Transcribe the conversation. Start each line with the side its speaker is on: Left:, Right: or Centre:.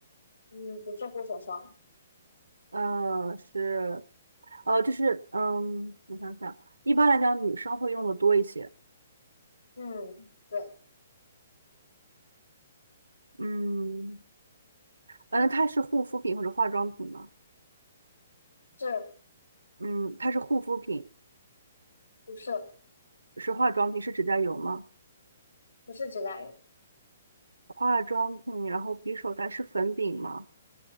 Left: 嗯，不是护手霜，
Right: 呃，是。呃，就是嗯，我想想，一般来讲女生会用的多一些。
Left: 嗯，对，
Right: 嗯，嗯，它是护肤品或者化妆品吗？
Left: 是
Right: 嗯，它是护肤品，
Left: 不是
Right: 是化妆品，是指甲油吗？
Left: 不是指甲油？
Right: 化妆品，然后匕首袋是粉饼吗？